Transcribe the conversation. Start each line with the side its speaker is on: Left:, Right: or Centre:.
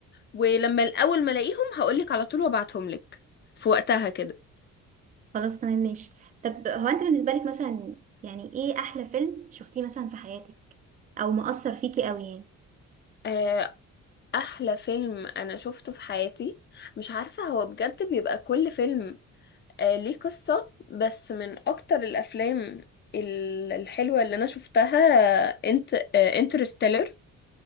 Left: ولما الاول ما الاقيهم هقولك على طول وابعتهم لك في وقتها كده
Right: خلاص تمام ماشي طب هو انت بالنسبة لك مثلا يعني ايه احلى فيلم شفتيه مثلا في حياتك او مؤثر فيكي قوي يعني
Left: آه، احلى فيلم انا شفته في حياتي مش عارفة هو بجد بيبقى كل فيلم آه، ليه قصة بس من اكتر الافلام ال- الحلوة اللي انا شفتها انت انترستيلر